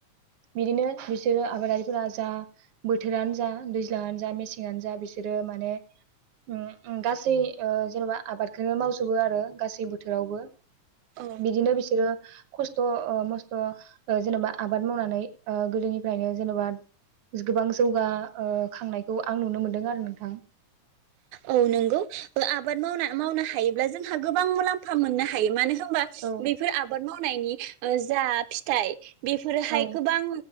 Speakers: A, on the right; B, on the right.
A: बिदिनो बिसोरो आबादारिफोरा जा बोथोरानो जा दैज्लाङानो जा मेसेङानो जा बि ।सोरो माने उम उम गासै जेनेबा आबादखौनो मावजोबो आरो गासै बोथोरावबो
B: औ
A: बिदिनो बिसोरो खस्थ' ओ मस्थ' ओ जेनेबा आबाद मावनानै ओ गोदोनिफ्रायनो जेनेबा गोबां जौगा ओ खांनायखौ आं नुनो मोनदों आरो थां।
B: औ नोंगौ आबाद मावना मावनो हायोब्ला जोंहा गो बां मुलाम्फा मोननो हायो। मानो होमबा
A: औ
B: बेफोर आबाद माव नायनि ओ जा फिथाइ बेफोरोहाय
A: औ
B: गोबां